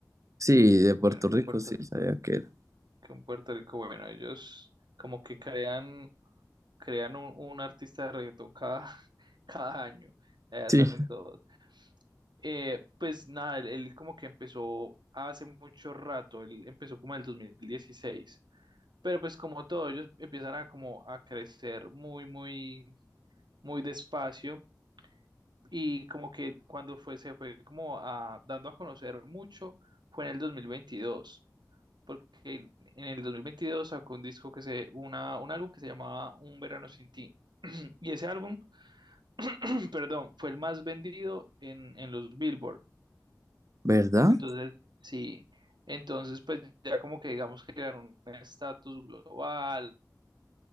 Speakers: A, on the right (about 45°); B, on the right (about 85°).
A: Sí, de
B: Qué
A: Puerto
B: bueno que
A: Rico,
B: Puerto,
A: sí, sabía que era.
B: que un Puerto Rico, bueno, ellos como que crean, crean un, un artista de reggaetón cada, <laughs> cada año, allá
A: Sí.
B: salen todos. Eh, pues nada, él, él como que empezó hace mucho rato, él empezó como en el 2016. pero pues como todo, ellos empiezan a como a crecer muy, muy, muy despacio Y como que cuando fue, se fue como a- dando a conocer mucho, fue en el 2022, porque en en el 2022 sacó un disco que se, una, un álbum que se llamaba Un Verano Sin Ti. <clears throat> Y ese álbum, <clears throat> perdón, fue el más vendido en, en los Billboard.
A: ¿Verdad?
B: Entonces, sí, entonces pues ya como que digamos que ganó un estatus global,